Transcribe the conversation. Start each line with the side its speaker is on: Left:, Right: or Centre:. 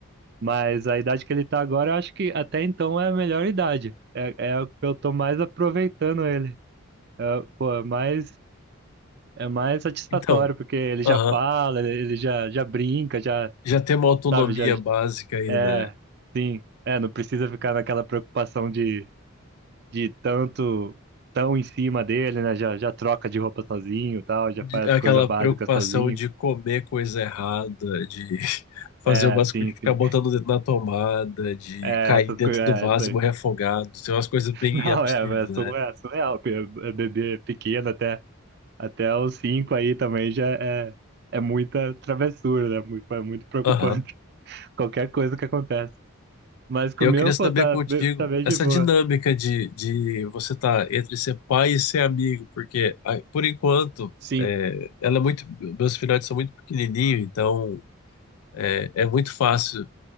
Right: Mas a idade que ele tá agora, eu acho que até então é a melhor idade. É, é o que eu tô mais aproveitando ele. É, pô, é mais, é mais satisfatório,
Left: Então,
Right: porque ele já
Left: aham,
Right: fala, ele ele já, já brinca, já,
Left: já tem uma autonomia
Right: sabe, já,
Left: básica aí,
Right: é,
Left: né?
Right: sim, é, não precisa ficar naquela preocupação de de tanto tão em cima dele, né? Já, já troca de roupa sozinho, e tal, já
Left: De-
Right: faz
Left: Aquela
Right: coisa básica
Left: preocupação
Right: sozinho.
Left: de comer coisa errada, de <laughs> fazer
Right: É,
Left: umas
Right: sim,
Left: coisas, de
Right: sim.
Left: ficar botando o dedo na tomada, de
Right: É,
Left: cair
Right: essas
Left: dentro
Right: coisas,
Left: do
Right: é,
Left: vaso
Right: isso aí.
Left: e morrer afogado. São umas coisas bem
Right: <laughs> Não,
Left: absurdas,
Right: é, é, su-
Left: né?
Right: é surreal, porque é bebê pequeno até, até os cinco aí também já é, é muita travessura, né? Muito, é muito preocupante,
Left: Aham.
Right: <laughs> qualquer coisa que acontece. Mas com
Left: Eu
Right: o meu,
Left: queria saber
Right: pô, tá,
Left: contigo
Right: be- tá bem
Left: essa
Right: de boa.
Left: dinâmica de, de você estar entre ser pai e ser amigo, porque ah, por enquanto
Right: Sim,
Left: é, ela é muito, meus filhotes são muito pequenininhos, então É, é muito fácil